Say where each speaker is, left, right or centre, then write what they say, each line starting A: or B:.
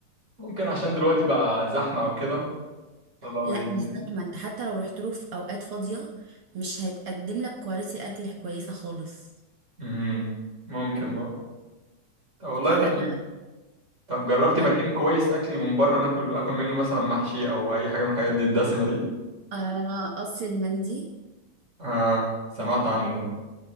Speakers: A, on the right (about 20°); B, on the right (about 60°).
A: ممكن عشان دلوقتي بقى زحمة او كده فبقى
B: لا
A: بي-
B: مش زحمه انت حتى لو رحت له في اوقات فاضيه مش هيتقدم لك كواليتي اكل كويسه خالص
A: مهم. ممكن بقى طب والله
B: فلا
A: طب
B: ده
A: طب جربتي
B: مع
A: مكان كويس اكل من بره ناكل اكل منه مثلا محشي او اي حاجة من الحاجات دي الدسمة دي
B: آه، قصر المندي
A: اه سمعت عنه